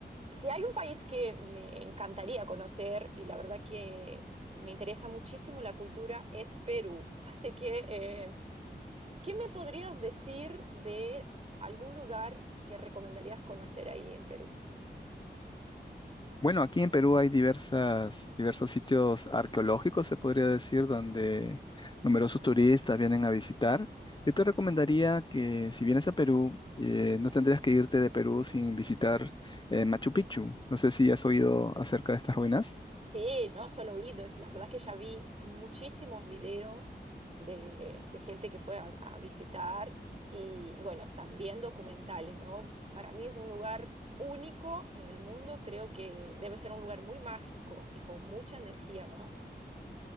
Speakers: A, on the right; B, on the left.
A: Si hay un país que me encantaría conocer y la verdad que me interesa muchísimo la cultura es Perú. Así que, eh, ¿qué me podrías decir de algún lugar que recomendarías conocer ahí en Perú?
B: Bueno, aquí en Perú hay diversas, diversos sitios arqueológicos, se podría decir, donde numerosos turistas vienen a visitar. Yo te recomendaría que si vienes a Perú, eh, no tendrías que irte de Perú sin visitar eh, Machu Picchu. No sé si has oído acerca de estas ruinas.
A: Sí, no solo oídos. La verdad es que ya vi muchísimos videos de, de gente que fue a, a visitar y bueno, también documentales, ¿no? Para mí es un lugar único en el mundo. Creo que debe ser un lugar muy mágico y con mucha energía, ¿no?